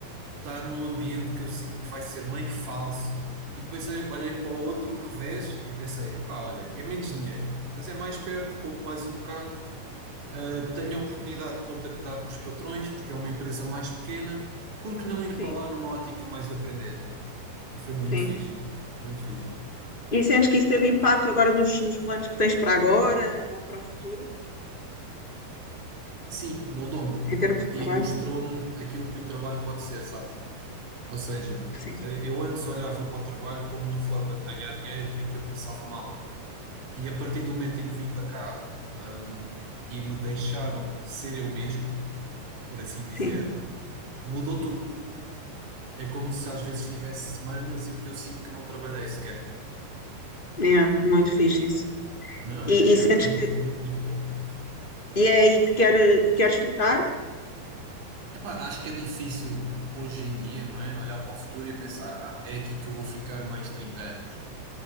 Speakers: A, on the right; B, on the left.
A: estar num ambiente que eu sinto que vai ser meio falso. E depois eu olhei para o outro revés e pensei: epá, olha, é menos dinheiro, mas é mais perto, pouco mais um bocado. Eh, tenho a oportunidade de contactar com os patrões, porque é uma empresa mais pequena, porque não ir
B: Sim,
A: para lá numa ótica mais de aprender? E foi muito
B: sim.
A: fixe, muito fixe.
B: E sentes que isso teve impacto agora nos, nos planos que tens para agora ou para o futuro,
A: Sim, moldou-me
B: em termos de
A: e
B: trabalho?
A: mostrou-me aquilo que o trabalho pode ser, sabes? Ou seja,
B: Sim,
A: eh, eu antes olhava para o trabalho como uma forma de ganhar dinheiro em que eu passava mal. E a partir do momento em que vim para cá, hum, e me deixaram ser eu mesmo, por assim dizer,
B: sim.
A: mudou tudo. É como se às vezes tivesse semanas em que eu sinto que não trabalhei sequer.
B: É, muito fixe isso.
A: Não,
B: E,
A: é,
B: e sentes
A: é muito,
B: que
A: muito, muito bom.
B: E é aí que, quer, que queres ficar?
A: Epá, acho que é difícil hoje em dia, não é? Olhar para o futuro e pensar, ah, é aqui que eu vou ficar mais 30 anos.